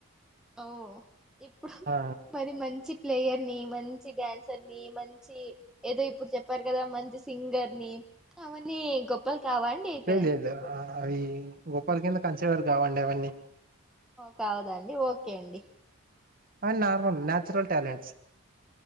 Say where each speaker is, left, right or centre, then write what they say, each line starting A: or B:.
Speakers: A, in the centre; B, on the right.
A: ఓ ఇప్పుడు
B: ఆ
A: మరి మంచి ప్లేయర్ ని మంచి డ్యాన్సర్ ని మంచి ఏదో ఇప్పుడు చెప్పారు కదా మంచి సింగర్ ని అవన్నీ గొప్పలు కావండి అయితే
B: లేదు లేదు ఆ, అవి గొప్పల్ కింద కన్సిడర్ కావండి అవన్నీ
A: కాదండి ఓకే అండి
B: అ normal natural talents